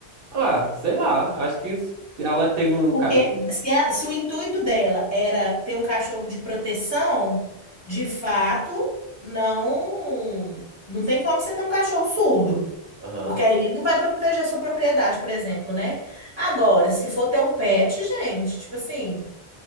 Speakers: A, on the right; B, on the left.
A: Ah, sei lá, acho que isso- ela teve um.
B: Porque
A: ca- um-
B: se, a- se o intuito dela era ter um cachorro de proteção, de fato, não, não tem como você ter um cachorro surdo.
A: Aham.
B: Porque aí ele não vai proteger sua propriedade, por exemplo, né? Agora, se for ter um pet, gente, tipo assim,